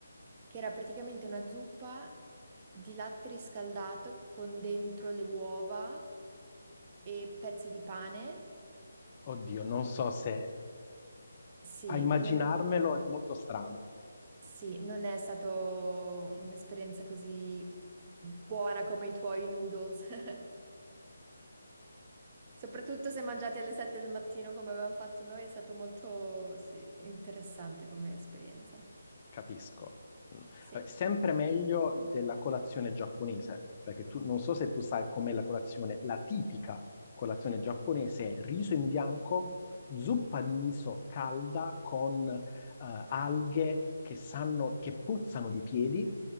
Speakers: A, on the right; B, on the left.
A: che era praticamente una zuppa di latte riscaldato con dentro le uova e pezzi di pane.
B: Oddio, non so se
A: Sì,
B: a immaginarmelo
A: non è...
B: è molto strano.
A: Sì, non è stato un'esperienza così buona come i tuoi noodles. <laughs> Soprattutto se mangiati alle 7 del mattino come avevamo fatto noi, è stato molto, sì, interessante come esperienza.
B: Capisco. No.
A: Sì.
B: Vabbè, sempre meglio della colazione giapponese, perché tu non so se tu sai com'è la colazione, la tipica colazione giapponese è riso in bianco, zuppa di miso calda con eh, alghe che sanno, che puzzano di piedi